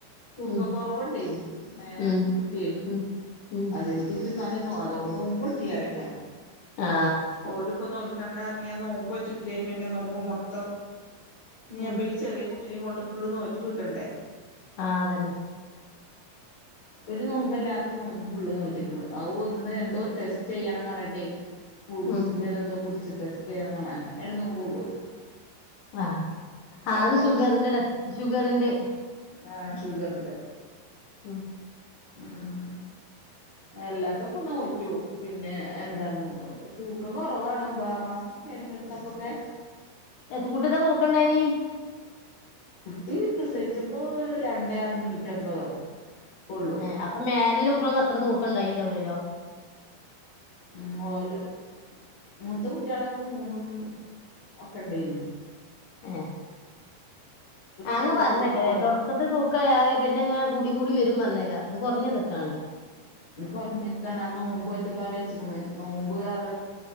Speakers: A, on the left (about 45°); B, on the left (about 75°).
A: തൂക്കക്കൊറവ്
B: ഉം
A: ഉം ഏഹ്
B: ഉം
A: കുട്ടിയെ
B: ഉം ഉം
A: അത് <unintelligible> ന്നാലെ ന്നോഅതൊളു നോമ്പ്ട്ടീ അറിം ഞാന്
B: ആ
A: ഓല് ഇപ്പ നോൽക്കണ്ടാറഞ്ഞ് ഞാൻ നോം മ്പാറ്റ്ട്ട്ലേ പിന്നെ നോമ്പ് മൊത്തം ഇത് ഞാപ്പം
B: ഉം
A: ഈ ചെറിയ കു ട്ടി നിം കൊണ്ട് ഫുള്ള് നോറ്റ് വീട്ടണ്ടേ
B: ആഹ് അതന്നെ
A: ഒരു നോമ്പല്ലാത്ത നോമ്പ് ഫുള്ള് നോറ്റ്ക്ക്ണു. അവ് ഒന്ന് എന്തോ ടെസ്റ്റ യ്യണം പറഞ്ഞ്ട്ടെ. ഗുൾഗൂസ്ന്റതെന്തോ
B: ഉം
A: കുട് ച്ച് ടെസ്റ്റ് ചെയ്യണം പറഞ് അങ്ങനൊരു നോമ്പ് പോയി
B: ആഹ്
A: ഭയങ്കര
B: ആഹ് അത് ഷുഗറിന്റെടെസ്റ്റ്.
A: ചൂ
B: ഷുഗറിന്റെ
A: ആഹ് ഷുഗറിന്റെ
B: ഉം
A: ഉം എല്ലാത്തൊക്കൊന്ന് നോറ്റു. പിന്നെ എന്താണ് ഏഹ് തൂക്കം കൊറവാണ് ഒമ്പദാം മാസം സ്കാനിംഗ് ഇട്ത്തപ്പൊക്കേ
B: എത്ത കുട്ടിയത്ര തൂക്കണ്ടയ്ന്
A: കുട്ടി പ്രസവിച്ചപ്പോ രണ്ടേ അഞ്ഞൂറ്റമ്പതോ ഒക്കൊള്ളൂ
B: ഏ അപ്പൊ മേലല്ല <unintelligible> അത്ര തൂക്കം ഉണ്ടായിണ്ടാവില്ലല്ലോ
A: ഉം ഓല് മൂത്ത കുട്ടികളൊക്കെ മൂന്നും ഒക്കെ ഇണ്ടേ നി
B: ഏഹ് ആ
A: പറ്റ
B: ഇങ്ങ പറഞ്ഞേക്കലേ
A: തൂക്കം കൊറവ്
B: തൊട്ക്കത് തൂക്കായാതെ പിന്നെങ്ങ കൂടി കൂടി വരും പറഞ്ഞേക്കാ ഇത് കുറഞ്ഞ് വന്നക്കാണല്ലോ
A: ഇത് കുറഞ്ഞക്കാണ് ആ നോമ്പൊ റ്റതാ വെച്ചക്ക്ണെ നോമ്പ് അത്